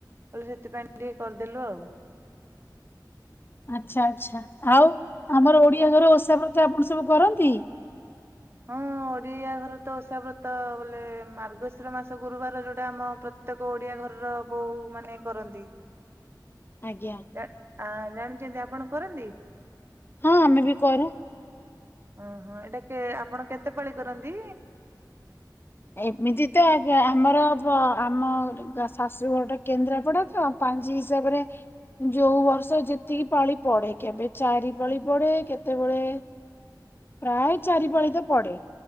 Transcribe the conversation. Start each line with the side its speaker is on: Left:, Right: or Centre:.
Right: ହେଲେ ସେଥିପାଇଁ ଟିକେ କରିଦେଲୁ ଆଉ।
Left: ଆଚ୍ଛା ଆଚ୍ଛା ଆଉ ଆମର ଓଡିଆ ଘରେ ଓଷା ବ୍ରତ ଆପଣ ସବୁ କରନ୍ତି?
Right: ହଁ ଓଡିଆ ଘରେ ତ ଓଷା ବ୍ରତ ବୋଲେ ମାର୍ଗଶିର ମାସ ଗୁରୁବାର ଯୋଉଟା ଆମ ପ୍ରତେକ ଓଡିଆ ଘରର ବୋହୁ ମାନେ କରନ୍ତି।
Left: ଆଜ୍ଞା।
Right: ଆ ଜାଣିଚନ୍ତି ଆପଣ କରନ୍ତି?
Left: ହଁ ଆମେ ବି କରୁ।
Right: ଓହୋ ଏଇଟା କେ ଆପଣ କେତେ ପାଳି କରନ୍ତି?
Left: ଏମିତି ତ ଅଗ୍ ଆମର ହବ ଆମର ତା ଶାଶୁ ଘର ଟା କେନ୍ଦ୍ରାପଡା ତ ପାଉଁଞ୍ଜି ହିସାବରେ ଯୋଉ ବର୍ଷ ଯେତିକି ପାଳି ପଡେ କେବେ ଚାରି ପାଳି ପଡେ କେତେବେଳେ ପ୍ରାୟ ଚାରିପାଳି ତ ପଡେ